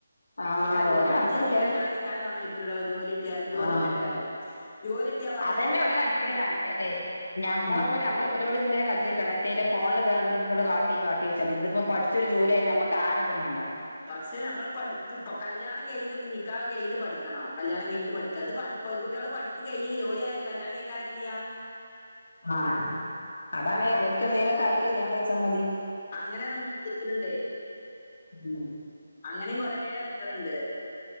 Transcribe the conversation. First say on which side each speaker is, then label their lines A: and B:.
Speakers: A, on the left (about 80°); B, on the left (about 35°).
A: ആഹ്
B: ഇപ്പൊ കല്ല്യാ
A: ഓലെ
B: പഠിച്ചഴി
A: കണക്കാക്കിയാല്
B: ഞ്ഞാ കല്യാണം കഴി ക്കാനും സമ്മയിക്കൂല്ലടോ ജോലിട്ടിയാല് ജോലി
A: ആഹ്
B: ഇട്ടട്ടെയാറ് ജോലിട്ടിയാ മാ
A: അതന്നെ ഒരു കണക്കിന് നല്ലത് ഞമ്മളെപ്പോലെ
B: ഉം
A: ഞമ്മള് അവരോടിങ്ങനെ കജ്ജ് നിട്ടണം എത്തേലും ഫോണില് ദാണ്ട നമ്മക്ക്ട് കാട്ടി കാട്ടി വച്ച ഇതിപ്പൊ പിഠിച്ചാരു ജോലിയായ ഞമ്മ ക്കാരെതും വേണ്ട
B: പക്ഷെ നമ്മള് പഠിപ്പ് ഇപ്പ കല്യാണം കഴിഞ്ഞിട്ട് നിക്കാഹ് കഴിഞ്ഞിട്ട് പഠിക്കണോ കല്ല്യാണം കഴിഞ്ഞിട്ട് പഠിക്ക അത് പ പെൺകുട്ടിള് പഠിപ്പ്ക്കഴിഞ് ജോലിയാലും കല്ലിയാണം കഴിക്കാൻ അയക്ണില്ല
A: ആഹ് അതാണ് ഓൽക് എന്തേലൊക്കെ ആയിട്ട് കല്യാണം കഴിച്ചാമതി.
B: അങ്ങനെ നിക്ണ് ണ്ടേ
A: ഉം
B: അങ്ങനിം കൊറേ നിക്ണ് ണ്ട്.